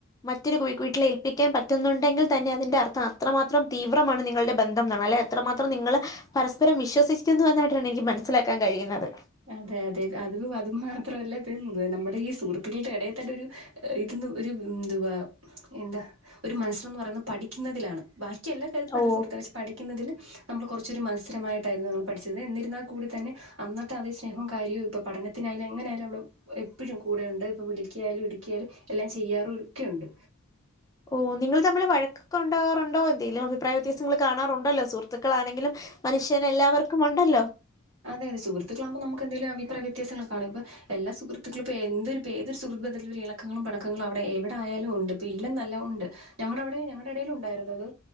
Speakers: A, on the left; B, on the right.
A: മറ്റൊരു വീട്ടിൽ ഏൽപ്പിക്കാൻ പറ്റുന്നുണ്ടെങ്കിൽ തന്നെ അതിന്റെ അർത്ഥം അത്രമാത്രം തീവ്രമാണ് നിങ്ങളുടെ ബന്ധം എന്നാണ് അല്ലെ അത്രമാത്രം നിങ്ങള്ൾ പരസ്പരം വിശ്വസിക്കുന്നു എന്നായിട്ടാണ് എനിക്ക് മനസ്സിലാക്കാൻ കഴിയുന്നത്
B: അതെ അതെ അത് അത് മാത്രല്ല നമ്മുടെ ഈ സുഹൃത്തുക്കളുടെ ഇടയിൽ തല്ല ഒരു ഇത്ന്ന് ഒരു എന്തുവാ എന്താ ഒരു മത്സരംന്ന് പറയുന്നത് പഠിക്കുന്നതിലാണ് ബാക്കി എനി എല്ലാ കാര്യും നല്ല
A: ഓ
B: സുഹൃത്താണ് പക്ഷ പഠിക്കുന്നതിൽ നമ്മൾ കുറച്ചൊ മത്രമായിട്ടായിരുന്നുമ്മൾ പഠിച്ചത് എന്നിുന്നാൽ കൂടി തന്നെ അന്നത്തെ അതേ സ്നേഹവും കാര്യവും ഇപ്പൊ പഠനത്തിനായാലും എങ്ങനെയായാലും അ എപ്പോഴും കൂടെുണ്ട് ഇപ്പൊ വിളിക്കിയാലും ഇടുക്കിയാലും എല്ലാം ചെയ്യാറും ഒക്കെയുണ്ട്
A: ഓ നിങ്ങൾ തമ്മിൽവഴക്കു ണ്ടാകറുണ്ടോ എന്തങ്കും അഭിപ്രായ വ്യത്യാസംങ്ങൾ കാണാറുണ്ടോ സുഹൃത്തക്കളണെങ്കിലും മനുഷ്യൻ എല്ലാവർക്കും ഉണ്ടല്ലോ
B: അതെതെ സഹൃുക്കളക്പ നുക്ക്ന്തെിലുംഭിപ്രായ്യത്യാസങ്ങള് കാും ഇപ്പോ എല്ലാ സുഹൃത്തുക്കളുംപ്പോ എന്തൊരു ഏതൊരുുഹൃു ബന്ധത്തിലൽ ഒരു ഇണക്കങ്ങളും പിണക്കങ്ങളും അവിടെ എവിടെ ആയാലും ഉണ്ട് ഇപ്പ ഇല്ലാം നല്ല ഉണ്ട് ഞങ്ങളുടെ അവിടെ ഞങ്ങളുടെ ഇടയിൽ ഉണ്ടായിരരുന്നു അത്